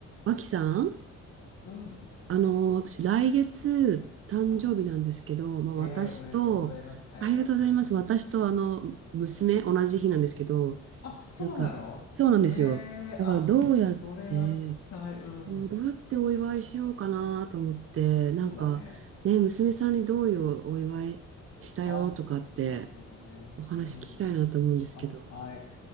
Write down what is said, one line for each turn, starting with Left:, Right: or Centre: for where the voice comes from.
Right: 脇さん、
Left: うん、う
Right: あの私、来月、誕生日なんですけど、
Left: ん
Right: まあ、私と、
Left: へえ、おめでとうございます。早か。
Right: ありがとうございます。
Left: <laughs>
Right: 私と、
Left: うん
Right: あの、娘、同じ日なんですけど、
Left: あ、そうなのへえ、
Right: なんか、そうなんですよ。だから、
Left: あ、
Right: どうやって、
Left: それは聞きたい。うん。
Right: どうどうやってお祝いしようかなと思って、なんか、
Left: そうだね。
Right: ね、娘さんにどういうお祝いしたよとかって、
Left: あ、なるほどね。
Right: お話聞きたいなと思うんですけど。
Left: うん。あ、はい。